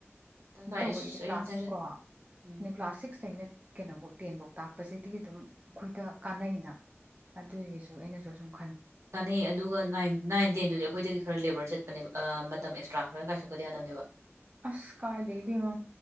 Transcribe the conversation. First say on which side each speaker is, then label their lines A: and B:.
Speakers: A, on the right; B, on the right.
A: ꯇꯪꯈꯥꯏ
B: ꯇꯧꯕꯒꯤꯗꯤ
A: ꯑꯩꯁ ꯑꯩꯁꯨ
B: ꯀ꯭ꯂꯥꯁ
A: ꯇꯥꯏꯝ ꯆꯠ
B: ꯀꯣ
A: ꯎꯝ
B: ꯅ ꯀ꯭ꯂꯥꯁꯛꯁ ꯁꯤꯗ ꯑꯩꯅ ꯀꯩꯅꯣꯐꯧ ꯇꯦꯟꯐꯧ ꯇꯥꯛꯄꯁꯤꯗꯤ ꯑꯗꯨꯝ ꯑꯩꯈꯣꯏꯗ ꯀꯥꯟꯅꯩꯅ ꯑꯗꯨꯒꯤꯁꯨ ꯑꯩꯅꯁꯨ ꯆꯁꯪ
A: ꯀꯥꯟꯅꯩꯌꯦ ꯑꯗꯨꯒ ꯅꯥꯏꯟ ꯇꯦꯟꯗꯨꯗꯤ ꯑꯩꯈꯣꯏꯗꯒꯤ ꯈꯔ ꯂꯦꯕꯔ ꯆꯠꯄꯅꯦꯕ ꯃꯇꯝ ꯑꯦꯁ꯭ꯔꯥ ꯈꯔꯒ ꯀꯥꯏꯊꯣꯛꯀꯗꯅꯦꯕ
B: ꯑꯁ ꯀꯥꯏꯗꯦꯗꯤꯃ